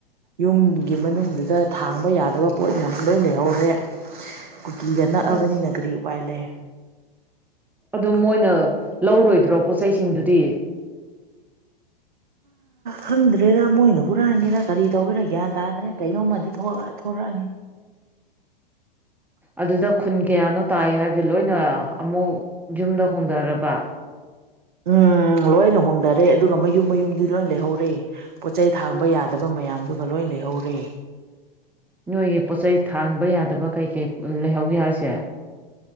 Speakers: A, on the right; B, in the centre.
A: ꯌꯨꯝꯒꯤ ꯃꯅꯨꯡꯗꯨꯗ ꯊꯥꯡꯕ ꯌꯥꯗꯕ ꯄꯣꯠ ꯃꯌꯥꯝꯁꯨ ꯂꯣꯏ ꯂꯩꯍꯧꯔꯦ ꯀꯨꯀꯤꯗ ꯅꯛꯑꯕꯅꯤꯅ
B: ꯑꯁ
A: ꯒꯥꯔꯤ ꯎꯄꯥꯏ ꯂꯩ
B: ꯑꯗꯨꯝ ꯃꯣꯏꯅ ꯂꯧꯔꯣꯏꯗ꯭ꯔꯣ ꯄꯣꯠ ꯆꯩꯁꯤꯡꯗꯨꯗꯤ
A: ꯈꯪꯗ꯭ꯔꯦꯗ ꯃꯣꯏꯅ ꯍꯨꯔꯥꯟꯒꯦꯔꯥ ꯀꯔꯤ ꯇꯧꯒꯦꯔꯥ ꯒ꯭ꯌꯥꯟ ꯇꯥꯗ꯭ꯔꯦ ꯀꯩꯅꯣꯝꯃꯗꯤ ꯊꯣꯔꯛꯑꯅꯤ
B: ꯑꯗꯨꯗ ꯈꯨꯟ ꯀꯌꯥꯅꯣ ꯇꯥꯏ ꯍꯥꯏꯕꯗꯨ ꯂꯣꯏꯅ ꯑꯃꯨꯛ ꯌꯨꯝꯗ ꯍꯣꯡꯗꯔꯕ
A: ꯎꯝ ꯂꯣꯏꯅ ꯍꯣꯡꯅꯔꯦ ꯑꯗꯨꯒ ꯃꯌꯨꯝ ꯃꯌꯨꯝꯗꯤ ꯂꯣꯏ ꯂꯩꯍꯧꯔꯦ ꯄꯣꯠ ꯆꯩꯩ ꯊꯥꯡꯕ ꯌꯥꯗꯕ ꯃꯌꯥꯝꯗꯨꯒ ꯂꯣꯏ ꯂꯩꯍꯧꯔꯦ
B: ꯅꯣꯏꯒꯤ ꯄꯣꯠꯆꯩ ꯊꯥꯡꯕ ꯌꯥꯗꯕ ꯀꯩꯀꯩ ꯂꯩꯍꯧꯒꯦ ꯍꯥꯏꯁꯦ